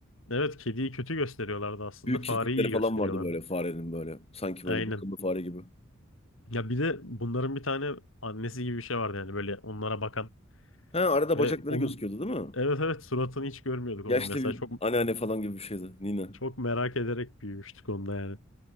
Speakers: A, on the left; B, on the left.
A: Evet kediyi kötü gösteriyorlardı aslında
B: Büyük
A: fareyi
B: kirpikleri
A: iyi
B: falan
A: gösteriyorlardı.
B: vardı böyle farenin böyle. Sanki
A: Aynen.
B: böyle bakımlı fare gibi.
A: Ya bir de bunların bir tane annesi gibi bir şey vardı yani böyle onlara bakan
B: Ha arada
A: ve
B: bacakları
A: onun
B: gözüküyordu değil mi?
A: Evet evet suratını hiç görmüyorduk
B: Yaşlı
A: onun mesela
B: bir
A: çok
B: anneanne falan gibi bir şeydi Nina.
A: Çok merak ederek büyümüştük onda yani.